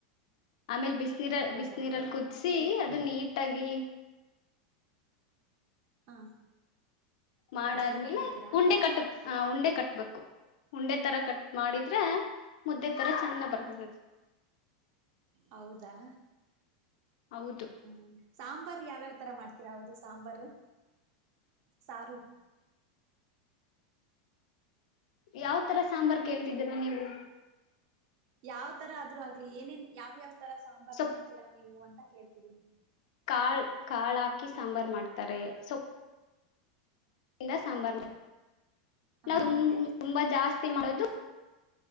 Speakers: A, on the left; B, on the right.
A: ಆಮೇ ಬ ಬ ನೀರ
B: ಹೌದಾ
A: ಬಿಸ ನೀೀರಲ್ಲಿ ಕುದಿಸಿಿ ಅದು ನೀಟ್ ಆಾಗಿಿ
B: ಹ
A: ಮಾಡಾದ್ಮೇಲೆ
B: ಜಲ್ದಿ ಹಿಡಿತೀರಾ
A: ಉಂಡೆ ಕಟ್ಟ ಉಂಡೆ ಕಟ್ಬೇಕು ಉಂಡೆ ತರ ಕಟ್ ಮಾಡಿದ್ರೆ ಮುದ್ದೆ ತರ ಚಂದ ಬರ್ತದ
B: ಹಾ ಹೌದಾ
A: ಹೌದು
B: ಹ್ಮ್ ಸಾಂಬಾರ್ು ಯಾವ್ಯಾವ್ ತರ ಮಾಡ್ತೀರ ಹೌದು ಸಾಂಬಾರು ಸಾರು
A: ಯಾವ ತರ ಸಾಂಬಾರ್ು ಕೇಳ್ತಿದ್ದೀರಾ ನೀವು
B: ಯಾವ್ ತರ ಆದ್ರೂ ಆಗ್ಲಿ ಏನೇನ್ ಯಾವ ಯಾವ ತರ ಸಾಂಬಾರ್
A: ಸೊಪ್
B: ಮಾಡ್ತೀಾ ನೀವು ಅಂತ ಕೇಳ್ೀ ರಿನಿ
A: ಕಾಳ್ ಕಾಳು ಹಾಕಿ ಸಾಂಬಾರು ಮಾಡ್ತಾರೆ ಸೊ ಿಂದ ಸಾಂಬಾರ್
B: ಹ
A: ನಾವು
B: ಮತ್ತೆ
A: ತುಂಬಾ ಜಾಸ್ತಿ ಮಾಡೋದು